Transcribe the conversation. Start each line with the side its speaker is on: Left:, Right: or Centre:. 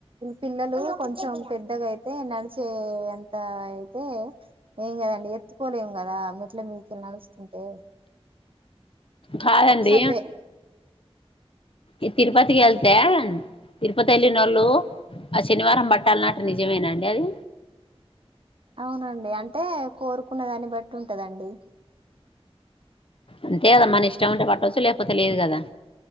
Right: పిల్లలు కొంచెం పెద్దగా అయితే నడిచే అంత అయితే ఏం కదండి ఎత్తుకోలేం కదా మెట్ల మీకలు నడుస్తుంటే
Left: కాాదడి
Right: ఒకసారి
Left: అ తిరుపతికి వెళ్తే తిరుపతి వెళ్ళినోళ్ళు ఆ శనివారం బట్టాలన్నట్టు నిజమేనాండి అది
Right: అవునండి అంటే కోరుకునే దాన్ని బట్టి ఉంటదండి
Left: అంతే కదా మన ఇష్టం ఉంటే పట్టవచ్చు లేకపోతే తెలియదు కదా